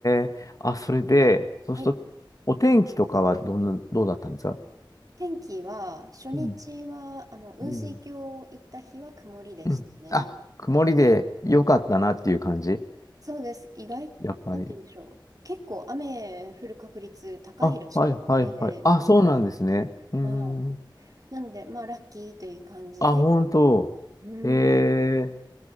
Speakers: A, on the left; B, on the right.
A: え。あ、それで、そうすると、
B: い。
A: お天気とかはどんな、どうだったんですか
B: <laughs> 天気は、初日は、
A: うん。
B: あの、雲水峡行った日は曇りでしたね。
A: うんうんあ、曇りで良かったなっていう感じ
B: そうです。意外、
A: やっぱり。
B: なんて言うんでしょう。結構雨降る確率高いらしくって、
A: あ、はいはいはい。あ、そうなんですね。うーん。
B: はい。なので、まあ、ラッキーという感じで、
A: あ、本当。
B: うん。
A: へえ。